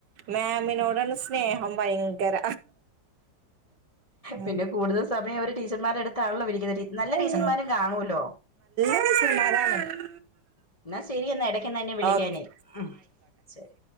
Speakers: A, on the right (about 70°); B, on the left (about 30°).
A: മാമിനോടാണ് സ്നേഹം ഭയങ്കര. ഉം
B: പിന്നെ കൂടുതൽ സമയം അവര് ടീച്ചർമാരെടുത്ത്. താ വിരിക്കണ് നല്ല
A: ഉം
B: ടീച്ചർമാരും കാണുല്ലോ.
A: <unintelligible>
B: എന്നാ ശരിയന്നാ എടക്ക്ന്നാ വിളിക്കാനി
A: ഓക്കെ
B: മം ശരി